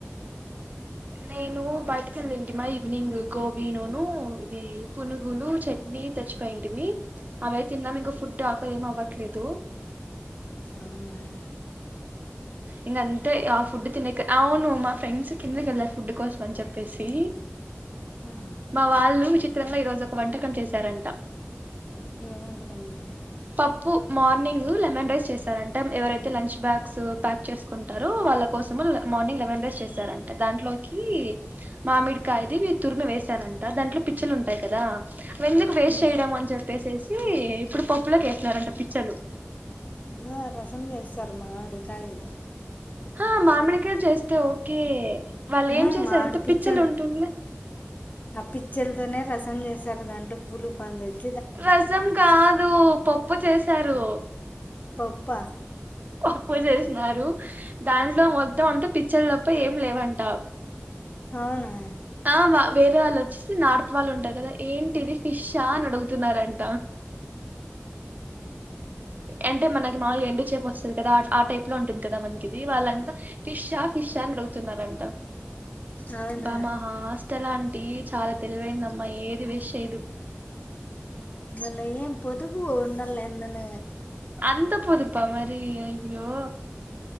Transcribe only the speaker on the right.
నేను బయటికి వెళ్ళ ఏంటి మా ఈవినింగ్ గోబీ నూన ఇది పుణుగులు చట్నీ తెచ్చిపోయింటిమి అవే తిన్నా ఇంక ఫుడ్ ఆకలి ఏమి అవ్వ ఇట్లే తూ
ఇక అంతే ఆ ఫుడ్ తినేక అవును మా ఫ్రెండ్స్ కిందకి వెళ్ళారు ఫుడ్ కోసం అని చెప్పేసి
మా వాళ్ళు వి చిత్రంగా ఈరోోజు ఒక వంటకం చేశారంట
పప్పు మార్నింగ్ లెమన్ రైస్ చేస్తారంట ఎవరైతే అయితే లంచ్ బ్యాగ్స్ ప్యాక్ చేసుకుంటారు వాళ్ళ కోసం మార్నింగ్ లెవెన్ రేస్ చేశారంటే దాంట్లోకి మామిడికాయది మీరు తురిమి వేసారంట దాంట్లో పిచ్చలు ఉంటాయి కదా ఎందుకు వేస్ట్
చేయడం అని చెప్పేససి ఇప్పుడు పప్పులోకి వేసినారంట పిచ్చలు
ఆ మామిడికాారు చేస్తే ఓకే వాళ్ళు
ఏం చేశారు
త
పిచ్చలు
ఉంటుండలే
రజం కాదు పప్పు చేసారు
అప్పు చేసినారు దాంట్లో మొత్తంమంత పిచ్చలు తప్ప ఏం లేవంటారు
ఆ వేరే వాళ్ళు వచ్చేసి నార్త్ వాళ్ళు ఉంటారు కదా ఏంటిది ఫిష్ా అని అడుగుతున్నారంట అంటే మనకి మామూలుగా ఎండు చేే వస్తుంది కదా ఆ టైప్ లో ఉంటుంది కదా మనకి ఇది వాళ్ళంతా ఫిష్ షాన్ అడుగుతున్నారంట
బామా ఆస్టలాంటి చాలా తెలివైందమ్మా ఏది విష ఇదు
అంత పోదుపా మరి అయ్యో